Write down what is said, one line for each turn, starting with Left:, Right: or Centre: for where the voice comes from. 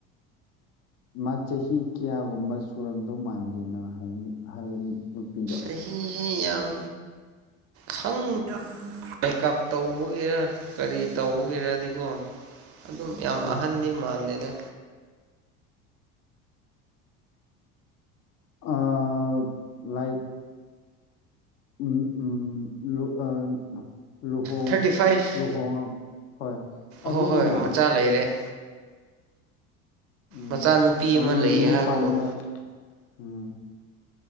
Left: ꯃꯥ ꯆꯍꯤ ꯀꯌꯥꯒꯨꯝꯕ ꯁꯨꯔꯝꯗꯧ ꯃꯥꯟꯒꯦꯅꯣ ꯍꯥꯏ ꯍꯥꯏꯔꯤꯕ ꯅꯨꯄꯤꯗꯣ
Right: ꯆꯍꯤꯌꯥꯝ ꯈꯪ ꯃꯦꯀꯞ ꯇꯧꯕꯒꯤꯔ ꯀꯔꯤ ꯇꯧꯕꯒꯤꯔꯗꯤꯀꯣ ꯑꯗꯨꯝ ꯌꯥꯝ
Left: ꯑꯥ
Right: ꯑꯍꯟꯗꯤ ꯃꯥꯟꯗꯦꯅ
Left: ꯑꯣ ꯂꯥꯏꯛ ꯎꯝ ꯎꯝ ꯂ ꯑ ꯂꯨꯍꯣꯡ
Right: ꯊꯥꯔꯇꯤ ꯐꯥꯏꯚ
Left: ꯂꯨꯍꯣꯡꯉꯛꯕ ꯍꯣꯏ ꯑꯗꯨꯅꯤꯅ
Right: ꯍꯣꯏ ꯍꯣꯏ ꯃꯆꯥ ꯂꯩꯔꯦ
Left: ꯎꯝ
Right: ꯃꯆꯥꯅꯨꯄꯤ
Left: ꯑꯗꯨꯅ
Right: ꯑꯃ ꯂꯩꯌꯦ
Left: ꯌꯨꯝ
Right: ꯍꯥꯏꯕꯒꯨꯝ
Left: ꯄꯥꯟꯕ ꯎꯝ